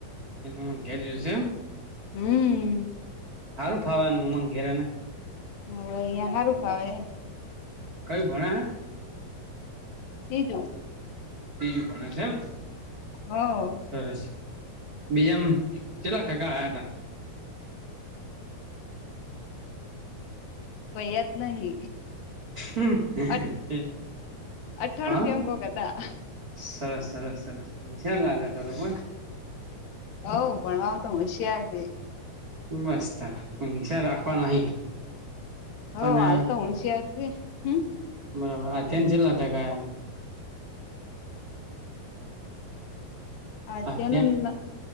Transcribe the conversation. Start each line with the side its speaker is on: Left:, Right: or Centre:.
Right: એન મામાના ઘેર ગયો છે એમ?
Left: હમ
Right: બરાબર હારું ફાવે એન મામાના ઘેર એને
Left: હોવે અહીંયા હારું ફાવે.
Right: હમ કયું ભણે હે?
Left: તીજું.
Right: તીજું ભણે છે એમ?
Left: હહ
Right: સરસ બીજામ ચેટલા ટકા આયાતા?
Left: પૈયાદ નહી.
Right: હમ
Left: અઠ અઠ્ઠાણું
Right: હા?
Left: કેમ કોક હતા
Right: સરસ સરસ સરસ હોશિયાર લાગે તો તો બોન.
Left: હવ ભણવામાં તો હોશિયાર છે.
Right: બસ ત્યારે હિશા રાખવા નહિ
Left: હો
Right: અને
Left: હાલ તો હોશિયાર હમ.
Right: બરાબર આદયા ને કેટલાક ટકા આયા
Left: આધ્યાને
Right: આધ્યાન
Left: ન